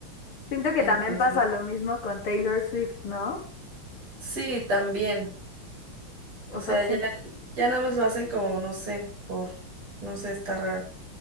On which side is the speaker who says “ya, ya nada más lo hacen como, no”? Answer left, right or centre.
Right